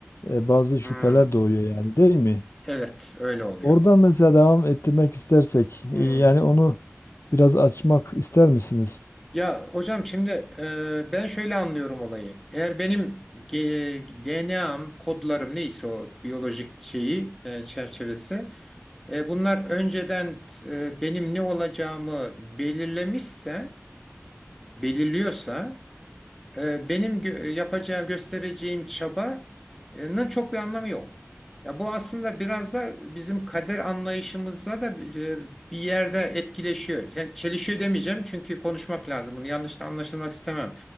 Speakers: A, on the left (about 60°); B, in the centre.
A: e, bazı
B: Hı.
A: şüpheler doğuyor yani değil mi?
B: Evet, öyle oluyor.
A: Oradan mesela devam ettirmek istersek
B: Hı.
A: e, yani onu biraz açmak ister misiniz?
B: Ya hocam şimdi e, ben şöyle anlıyorum olayı. Eğer benim ge- DNA'm, kodlarım neyse o biyolojik şeyi e, çerçevesi, e, bunlar önceden e, benim ne olacağımı belirlemişse belirliyorsa e, benim gö- yapacağım, göstereceğim çabanın çok bir anlamı yok. Ya bu aslında biraz da bizim kader anlayışımızla da bir e, bir yerde etkileşiyor. Yani çelişiyor demeyeceğim çünkü konuşmak lazım. Bunu yanlış da anlaşılmak istemem.